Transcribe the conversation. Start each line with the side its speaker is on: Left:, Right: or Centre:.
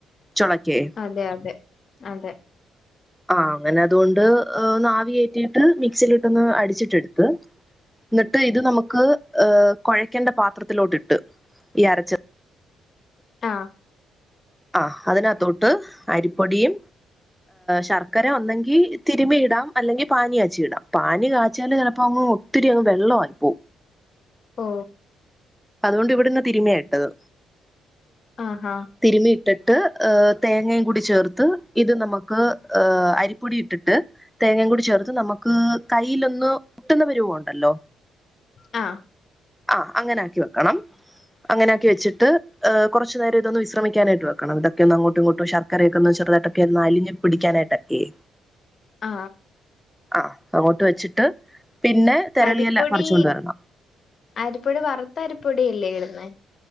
Centre: ചൊളക്കേ
Left: അതെ അതെ അതെ
Centre: ആ അങ്ങനെ അതുകൊണ്ട് ഒന്ന് ആവി കേറ്റിയിട്ട് മിക്സിയിൽ ഇട്ട് ഒന്ന് അടിച്ചിട്ട് എടുത്ത് എന്നിട്ട് ഇത് നമുക്ക് കുഴക്കേണ്ട പാത്രത്തിലോട്ട് ഇട്ട് ഈ അരച്ചത്
Left: ആ
Centre: ആ അതിനകത്തോട്ട് അരിപ്പൊടിയും, ശർക്കര ഉണ്ടെങ്കി തിരുമി ഇടാം അല്ലെങ്കിൽ പാനി കാച്ചി ഇടാം പാനി കാച്ചിയാല് ചിലപ്പോ അങ്ങ് ഒത്തിരി അങ്ങ് വെള്ളമായി പോകും
Left: ഓ
Centre: അതുകൊണ്ട് ഇവിടുന്ന് തിരുമിയാ ഇട്ടത്
Left: ആഹാ
Centre: തിരുമിയിട്ട ട്ട് തേങ്ങയും കൂടി ചേർത്ത് ഇത് നമുക്ക് അരിപ്പൊടി ഇട്ടിട്ട് തേങ്ങയും കൂടി ചേർത്ത് നമുക്ക് കൈയ്യിലൊന്നു ഒട്ടുന്ന പരുവം ഉണ്ടല്ലോ
Left: ആ
Centre: ആ അങ്ങനെ ആക്കി വെ ക്കണം അങ്ങനെ ആക്കി വച്ചി ട്ട് കുറച്ച് നേരം ഇതൊന്നു വിശ്രമിക്കാനായിട്ട് വെക്കണം ഇതൊക്കെയൊന്ന് അങ്ങോട്ടും ഇങ്ങോട്ടും ശർക്കരയൊക്കെ ഒന്ന് ചെറുതായിട്ടൊക്കെ ഒന്ന് അലിഞ്ഞ് പിടിക്കാനായിട്ട് ഒക്കെയേ
Left: ആ
Centre: ആ അങ്ങോട്ട് വെച്ചിട്ട് പിന്നെ തെരളിയെല
Left: അരിപ്പൊടി
Centre: പറിച്ചുകൊണ്ട് വരണം
Left: അരിപ്പൊടി വറുത്ത അരി പ്പൊടിയല്ലേ ഇടുന്നേ